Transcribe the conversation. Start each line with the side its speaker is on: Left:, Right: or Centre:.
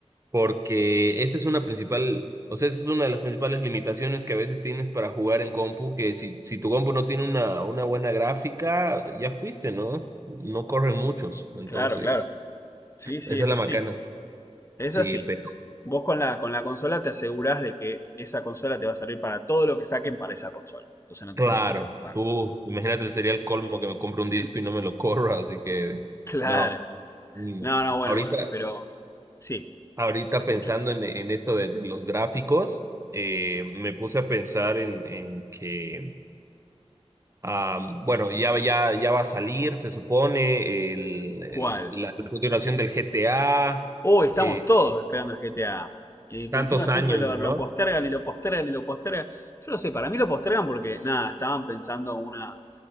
Right: porque esa es una principal, o sea, esa es una de las principales limitaciones que a veces tienes para jugar en compu, que si, si tu compu no tiene una, una buena gráfica, ya fuiste, ¿no? No corren muchos, entonces,
Left: Claro, claro. Sí, sí,
Right: esa
Left: es
Right: es la
Left: así.
Right: macana.
Left: Es
Right: Sí,
Left: así.
Right: pero
Left: Vos con la, con la consola te asegurás de que esa consola te va a servir para todo lo que saquen para esa consola. Entonces no
Right: claro,
Left: te tenés que preocupar.
Right: tú, imagínate, sería el colmo que me compre un disco y no me lo corra, así que,
Left: Claro.
Right: no, mínimo.
Left: No, no, bueno,
Right: Ahorita.
Left: bueno, pero sí.
Right: Ahorita
Left: Te escucho.
Right: pensando en, en esto de, de los gráficos, eh, me puse a pensar en, en que, am, bueno, ya, ya, ya va a salir, se supone, el, el-
Left: ¿Cuál?
Right: la, la continuación del GTA,
Left: Uy, estamos
Right: eh,
Left: todos esperando el GTA. Y por
Right: tantos
Left: encima siempre
Right: años,
Left: lo,
Right: ¿no?
Left: lo postergan y lo postergan y lo postergan. Yo no sé, para mí lo postergan porque, nada, estaban pensando una.